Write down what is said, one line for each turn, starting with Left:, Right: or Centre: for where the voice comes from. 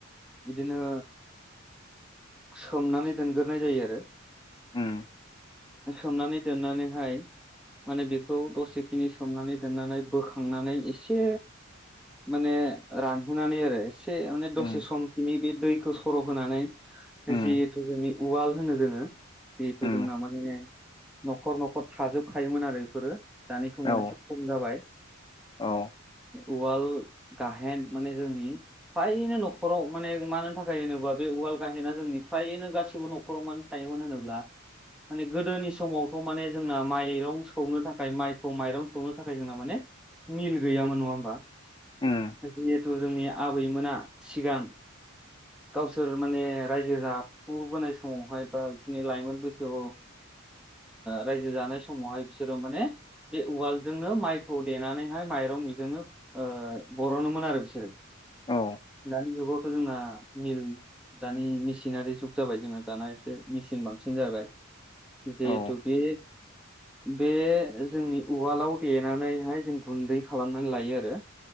Centre: बिदिनो सोमनानै दोनगोरनाय जायो आरो
Left: उम
Centre: सोमनानै दोननानैहाय माने बेखौ दसेखिनि सोमनानै दोननानै बोखांनानै एसे माने रानहोननानै आरो एसे माने
Left: उम
Centre: दसे समखिनि बे दैखौ सर' होनानै जिहेथु
Left: उम
Centre: जोंनि उवाल होनो जोङो जिहेथु
Left: उम
Centre: जोंना माने न'खर न'खर थाजोबखायोमोन आरो बेफोरो दानि समाव
Left: औ
Centre: एसे खम जाबाय
Left: औ
Centre: उवाल गाहेन माने जोंनि फायनो न'खराव माने मानो थाखाय होनोबा बे उवाल गाहेना जोंनि फ्रायैनो गासिबो न'खराव मानो थायोमोन होनोब्ला माने गोदोनि समावथ' माने जोंना माइरं सौनो थाखाय माइखौ माइरं सौनो थाखाय जोंना माने। मिल गैयामोन नङा होमबा?
Left: उम
Centre: जिहेथु जोंनि आबैमोना सिगां। गावसोर माने रायजो जफुबोनाय समावहाय बा बिदिनि लाइमोन बैसोआव ओ रायजो जानाय समावहाय बिसोरो माने बे उवालजोंनो माइखौ देनानैहाय माइरं बिजोंनो ओ बरनोमोन आरो बिसोरो।
Left: औ
Centre: दानि जुगावथ' जोंना मिल दानि मेसिनारि जुग जाबाय जोंना दाना एसे मेचिन बांसिन जाबाय जेहेतु'
Left: औ
Centre: बे बे जोंनि उवालाव देनानैहाय जों गुन्दै खालामनानै लायो आरो।